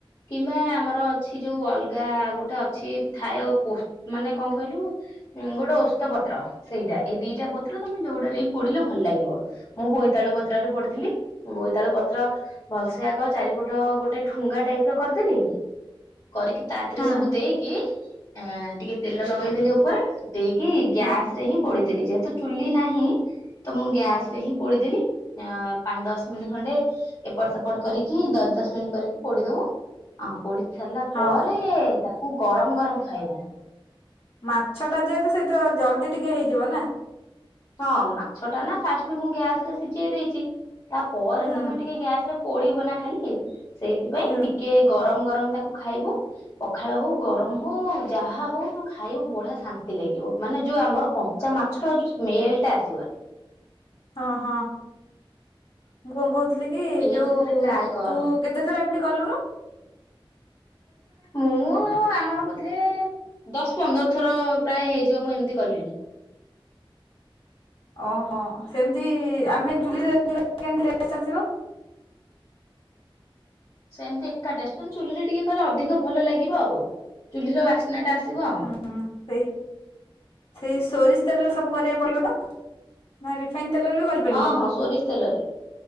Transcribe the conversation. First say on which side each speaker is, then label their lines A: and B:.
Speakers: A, on the left; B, on the left.
A: କିମ୍ବା ଆମର ଅଛି, ଯୋଉ ଅଲଗା ଗୋଟେ ଅଛି ଥାଏ। ପୋ ମାନେ କଣ କହିଲୁ ଉଁ ଗୋଟେ ଔସ୍ତପତ୍ର ସେଇଟା। ଏଇ ଦିଟାପତ୍ର ତମେ ଯୋଉଡ଼ା ରେ ପୋଡିଲେ ଭଲ ଲାଗିବ। ମୁଁ ବୋଇତାଳୁ ପତ୍ରରେ ପୋଡ଼ିଥିଲି। ମୁଁ ବୋଇ ତାଳୁ ପତ୍ର ଭଲସେ ଆଗ, ଚାରିପଟ ଗୋଟେ ଠୁଙ୍ଗା ଟାଇପର କରିଦେଲି। କରିକି ତାଥିରେ
B: ହୁଁ
A: ସବୁ ଦେଇକି ଆଁ ଟିକେ ତେଲ ଲଗେଇଦେଲି ଓପରେ। ଦେଇକି ଗ୍ୟାସରେ
B: ହୁଁ
A: ହିଁ ପୋଡିଦେଲି। ଯେହେତୁ ଚୁଲି ନାହିଁ ତ ମୁଁ ଗ୍ୟାସରେ ହିଁ ପୋଡିଦେଲି। ଆଁ ପାଞ୍ଚଦଶ ମିନିଟ ଖଣ୍ଡେ ଏପଟସେପଟ କରିକି ଦଶ ଦଶ ମିନିଟ୍ କରିକି ପୋଡିଦବୁ। ଅଁ ପୋଡି ସାରିଲା
B: ହଁ
A: ପରେ, ତାକୁ ଗରମ ଗରମ ଖାଇବ।
B: ମାଛଟା ଯେହେତୁ, ସେଇତ ଜଲଦି ଟିକେ ହେଇଯିବ ନା।
A: ହଁ, ମାଛଟା ନା ଫାଷ୍ଟ ବି ମୁଁ ଗ୍ୟାସରେ ସିଝେଇ ଦେଇଚି। ତାପରେ
B: ହୁଁ
A: ତମେ ଟିକେ ଗ୍ୟାସରେ ପୋଡିବ ନା ଖାଲି, ସେଇଥିପାଇଁ
B: ହୁଁ
A: ଟିକେ ଗର ଗରମ ଗରମ ତାକୁ ଖାଇବୁ ପଖାଳ ହଉ, ଗରମ ହଉ, ଯାହା ହଉ ତୁ ଖାଇବୁ। ବଢିଆ ଶାନ୍ତି ଲା ଗିବ। ମାନେ ଯୋଉ ଆମର କଞ୍ଚା ମାଛର ଯୋଉ ସ୍ମେଲଟା ଆସିବନି।
B: ଅ ହଁ, ମୁଁ କଣ କହୁଥି କିଲିକି,
A: ଏମିତି
B: ଯୋଉ
A: ଥରେ ଟ୍ରାଏ
B: -ଉ
A: କର।
B: ତୁ କେତେଥର ଏମିତି କଲୁୁଣୁ?
A: ମୁଁ-ଉଁ-ଉଁ ଆମର ବୋଧେ ଦଶ ପନ୍ଦରଥର ପ୍ରାୟ ହେଇଯିବ। ମୁଁ ଏମିତି କଲିଣି।
B: ଓହ, ସେମିତି ଆମେ ଚୁଲିରେ <inaudible> କେମତି ଆସିବ?
A: ସେମିତି ଏକାଟେଷ୍ଟ। କିନ୍ତୁ ଚୁହ୍ଲିରେ ଟିକେକଲେ ଅଧିକ ଭଲଲାଗିବ ଆଉ, ଚୁହ୍ଲିର ବାସ୍ନା ଟା ଆସିବ ଆଉ
B: ହୁଁ ହୁଁ ସେଇ, ସେଇ ସୋରିଷ ତେଲ ରେ ସବୁ କରିବାକୁ ପଡିବତ? ନା ରିଫାଇନ! ତେଲରେ ବି କରିପାରିବ
A: ହଁ ହଁ ସୋରିଷତେଲରେ,